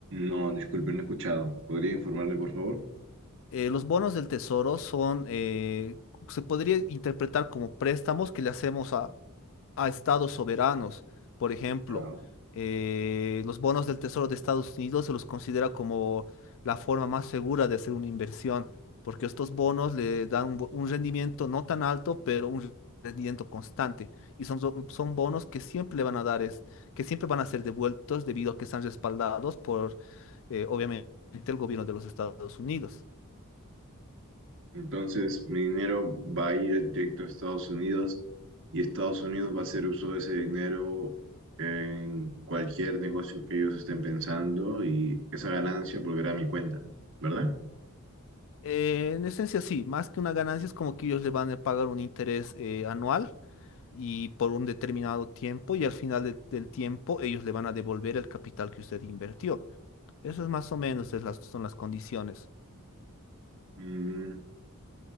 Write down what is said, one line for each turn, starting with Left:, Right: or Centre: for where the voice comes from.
Right: No, disculpe, no he escuchado. ¿Podría informarme, por favor?
Left: Eh, los bonos del tesoro son, eh, se podría interpretar como préstamos que le hacemos a, a estados soberanos. Por ejemplo,
Right: Ya.
Left: eh, los bonos del tesoro de Estados Unidos se los considera como la forma más segura de hacer una inversión, porque estos bonos le dan un, bo- un rendimiento no tan alto, pero un rendimiento constante. Y son, so- son bonos que siempre le van a dar, es- que siempre van a ser devueltos debido a que están respaldados por, eh, obviamente, el gobierno de los Estados Unidos.
Right: Entonces, mi dinero va a ir directo a Estados Unidos y Estados Unidos va a hacer uso de ese dinero en cualquier negocio que ellos estén pensando y esa ganancia volverá a mi cuenta, ¿verdad?
Left: Eh, en esencia sí, más que una ganancia es como que ellos le van a pagar un interés eh, anual y por un determinado tiempo y al final de- del tiempo ellos le van a devolver el capital que usted invirtió. Eso es más o menos es las, son las condiciones.
Right: Mm,